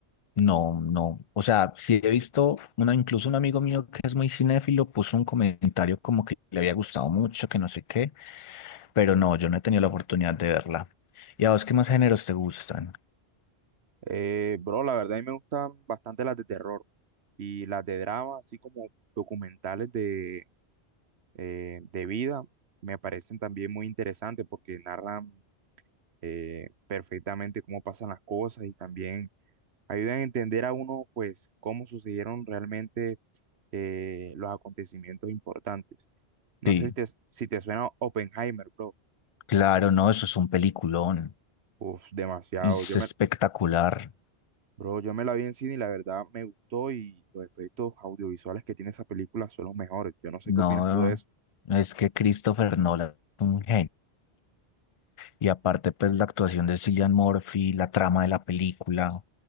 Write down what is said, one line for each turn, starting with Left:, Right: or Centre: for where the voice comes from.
Left: no, no. O sea, sí he visto, una, incluso un amigo mío que es muy cinéfilo puso un comentario como que le había gustado mucho, que no sé qué, pero no, yo no he tenido la oportunidad de verla. ¿Y a vos qué más géneros te gustan?
Right: Eh, bro, la verdad, a mí me gustan bastante las de terror y las de drama, así como documentales de, eh, de vida, me parecen también muy interesantes porque narran eh, perfectamente cómo pasan las cosas y también ayudan a entender a uno, pues, cómo sucedieron realmente eh, los acontecimientos importantes. No
Left: Sí,
Right: sé si te, si te suena Oppenheimer, bro.
Left: claro, no, eso es un peliculón.
Right: Uf, demasiado.
Left: Es
Right: Yo
Left: espectacular.
Right: me, bro, yo me la vi en cine y la verdad me gustó y los efectos audiovisuales que tiene esa película son los mejores. Yo no sé
Left: No,
Right: qué opinas tú de eso.
Left: es que Christopher Nolan es un genio. Y aparte, pues la actuación de Cillian Murphy, la trama de la película.